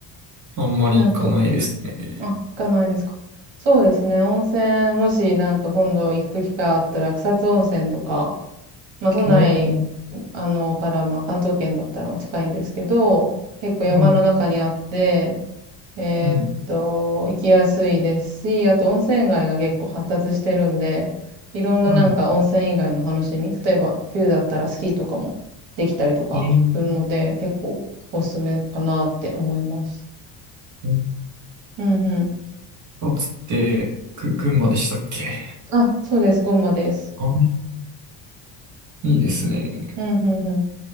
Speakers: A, on the right (about 40°); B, on the right (about 65°).
A: あんまり行かないですね。
B: なるほど。あ、行かないですか。そうですね。温泉、もしなんか今度行く機会あったら草津温泉とか、まあ、都内、
A: おー、う
B: あの、から、まあ、関東圏だったら、まあ、近いんですけど、結構山の中にあって、
A: はい。
B: えーっと、
A: うん。
B: 行きやすいですし、あと温泉街が結構発達してるんで、いろんななんか温泉以外の楽しみ、
A: は
B: 例えば冬だったらスキーとかもできたりとかするので、
A: い。えー、
B: 結構おすすめかなって思います。
A: うん
B: うんうん。
A: あつって、ぐ、群馬でしたっけ
B: あ、そうです、群馬です。
A: あ、いいですね。
B: うんうんうん。